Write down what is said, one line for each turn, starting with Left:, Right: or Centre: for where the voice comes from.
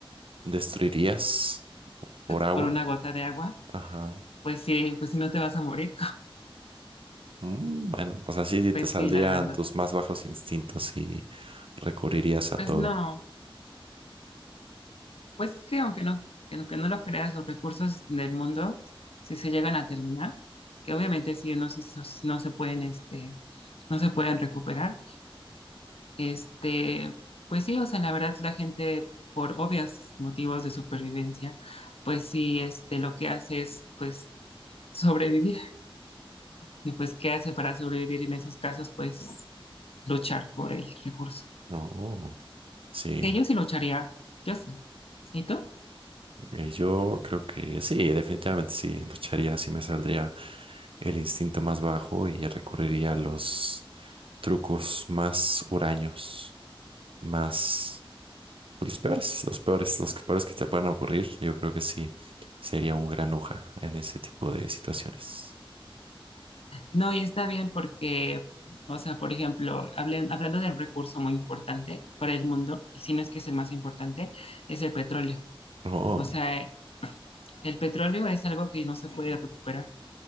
Right: destruirías por agua?
Left: por una gota de agua,
Right: Ajá.
Left: pues sí, pues si no te vas a morir,
Right: Mm, bueno, o sea, sí
Left: <laughs> pues
Right: te saldrían
Left: sí, la verdad.
Right: tus más bajos instintos y recurrirías a todo.
Left: Pues no, pues es que aunque no, que no, que no lo creas, los recursos del mundo, si se llegan a terminar, que obviamente sí, no, sí, so- sí, no se pueden, este, no se pueden recuperar, Este, pues sí, o sea, la verdad la gente por obvios motivos de supervivencia, pues sí, este, lo que hace es pues sobrevivir. <laughs> Y pues, ¿qué hace para sobrevivir en esos casos? Pues luchar por el recurso.
Right: No, sí,
Left: Que yo sí lucharía, yo sí. ¿Y tú?
Right: eh, yo creo que sí, definitivamente sí, lucharía, sí me saldría el instinto más bajo y recurriría a los trucos más huraños, más, pues, los peores, los peores, los peores que te puedan ocurrir, yo creo que sí, sería un gran granuja en ese tipo de situaciones.
Left: No, y está bien porque, o sea, por ejemplo, hablen- hablando del recurso muy importante para el mundo, y si no es que es el más importante, es el petróleo.
Right: Oh,
Left: O sea, el petróleo es algo que no se puede recuperar